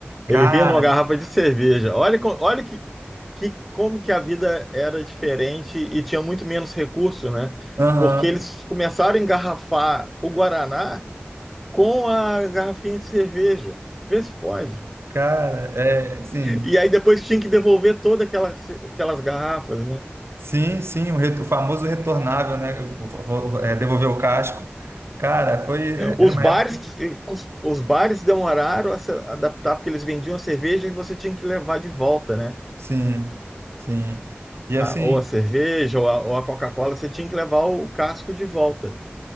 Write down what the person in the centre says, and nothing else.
Ele vinha numa garrafa de cerveja. Olha, co- olha que, que- como que a vida era diferente e tinha muito menos recurso, né?
Porque eles começaram a engarrafar o Guaraná com a garrafinha de cerveja. Vê se pode.
E aí depois tinha que devolver todas aquelas, aquelas garrafas, né?
Os
bares,
que- os, os bares demoraram a se adaptar, porque eles vendiam a cerveja e você tinha que levar de volta, né?
A- ou a cerveja, ou a, ou a Coca-Cola, você tinha que levar o casco de volta.